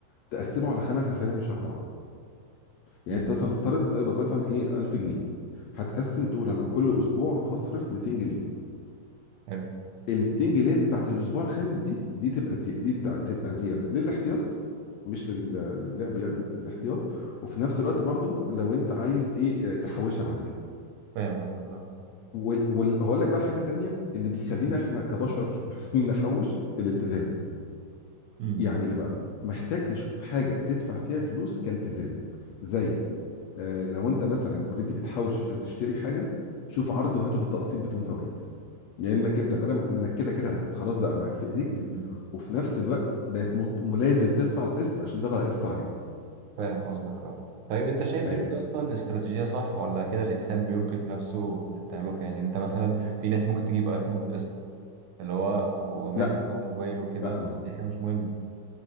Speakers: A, on the left (about 75°); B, on the right (about 70°).
A: تقسمه على خمس اسابيع مش اربعه يعني
B: مم.
A: انت مثلا افترض بتقبض مثلا ايه 1000 جنيه هتقسم تقول انا كل اسبوع هصرف 200 جنيه
B: حلو
A: ال 200 جنيه اللي بتاعت الاسبوع الخامس دي دي تبقى زي... دي بتاع... تبقى زياده للاحتياط مش لل... للعب يعني الاحتياط وفي نفس الوقت برضو لو انت عايز ايه اه، تحوشها بعد كده
B: فاهم قصدك اه
A: وال... وال... هقول لك بقى حاجه تانية اللي بيخلينا احنا كبشر <laughs> محتاجين نحوش الالتزام
B: مم.
A: يعني ايه بقى محتاج تشوف حاجه تدفع فيها فلوس كالتزام زي آه، لو انت مثلا اوريدي بتحوش عشان تشتري حاجه شوف عرض وهاته بالتقسيط بدون فوائد لانك انت بدل انك كده كده هت- خلاص بقى معاك في ايديك
B: مم.
A: وفي نفس الوقت بقت مت- ملازم تدفع القسط عشان ده بقى قسط عليك
B: فاهم قصدك اه طيب انت شايف
A: يعني
B: ان دي اصلا استراتيجية صح ولا كده الانسان بيلقي في نفسه للتهلكة يعني انت مثلا في ناس ممكن تجيب ايفون بالقسط اللي هو هو ماسك
A: لا
B: هو موبايل وكده
A: لا
B: بس
A: ما
B: دي حاجة مش مهمة